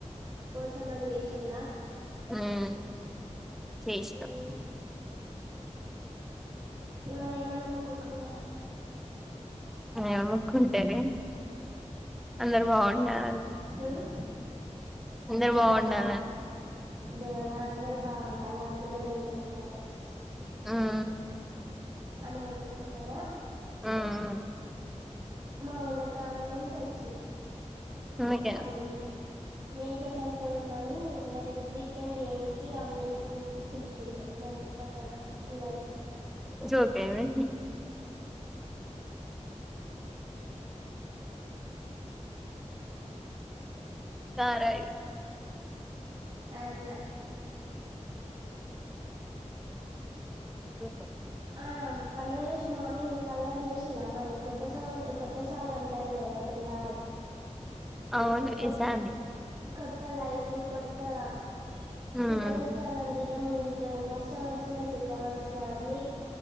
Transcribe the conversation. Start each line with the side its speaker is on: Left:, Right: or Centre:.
Right: పోచమ్మాకి ఏసిండ్ల
Centre: హుమ్మ్ చేస్న
Right: మ్మ్ మరి ఏమని మొక్కుకున్నారు.
Centre: <unintelligible> ముక్కుంటేనే అందరూ బాగుండాలని
Right: మ్మ్
Centre: అందరు బాగుండాలన్
Right: దయా దేవుడా అందరు బాగుండాల్న, అందులో నేను ఉండాలె ప్చ్
Centre: హమ్
Right: అల ముక్కుకున్నారా
Centre: హమ్
Right: మాఓలకామ్లంచి వచ్చింది
Centre: అందుకే
Right: ఆ రోజు మేక చనిపోయిందని దానికి ట్రీట్మెంట్ చేయడానికి అంబులెన్స్ పిలిచళ్ళు మా ఇంటి పక్కన ఇలాలో
Centre: జోక్ ఏమి తరాయీ
Right: అట్లా
Centre: ఓ
Right: ఆ పండుగ రోజు మార్నింగ్ కలర్ వేసినరా మరి కొత్త సంవస్ కొత్త సాలు అంటారు కదా తెల్లారి
Centre: అవును
Right: కొ
Centre: వేశం అండి
Right: కొత్త లైఫ్ కొత్తగా
Centre: ఉమ్
Right: సుఖం దుఃఖాల అండి గముంగకొని కష్టం వచ్చినా సుఖం వచ్చినా అన్ని